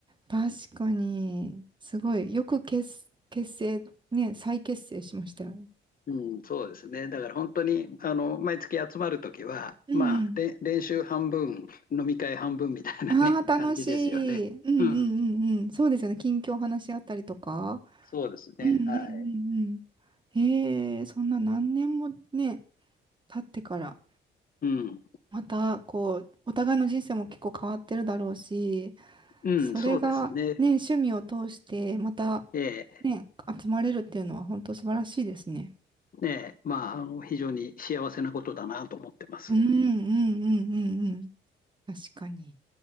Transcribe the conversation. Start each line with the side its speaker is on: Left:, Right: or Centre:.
Right: 確かに。すごい。よく結、結成、ね、再結成しましたよね。
Left: うん、そうですね。だから本当に、あの、毎月集まるときは、
Right: うんうん。
Left: まあ、れ練習半分、飲み会半分みたいなね、
Right: ああ、楽し
Left: <laughs> 感じですよね。
Right: い。うんう
Left: うん、
Right: んうんうん。そうですよね。近況話し合ったりとか。
Left: そうですね。
Right: うんうんうんうん。
Left: はい。
Right: ええそんな何年もね、経ってから、
Left: うん、
Right: またこう、お互いの人生も結構変わってるだろうし、
Left: うん、
Right: それがね、
Left: そうですね。
Right: 趣味を通して、また
Left: ええ、
Right: ね、集まれるっていうのは本当素晴らしいですね。
Left: ねえ、まあ、あの、非常に幸せなことだなと思ってます。
Right: うんうんうんうんうん。確かに。